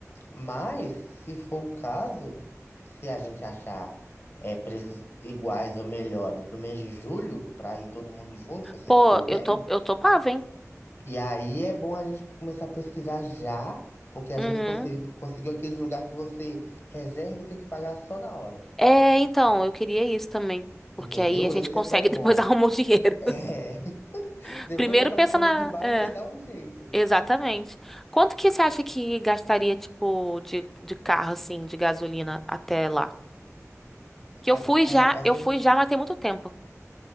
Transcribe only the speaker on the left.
Mas, se for o caso, se a gente achar é, preços iguais ou melhores pro mês de julho, para ir todo mundo junto, se vocês
for mesmo,
e aí é bom a gente começar a pesquisar já, porque a
gente consi- conseguiu aqueles lugares que você reserva e tem que pagar só na hora.
Entendeu?
Esse
é que é o bom.
<laughs> É,
depois
que o barco
que vai,
você dá um jeito.
A,
é, a gente,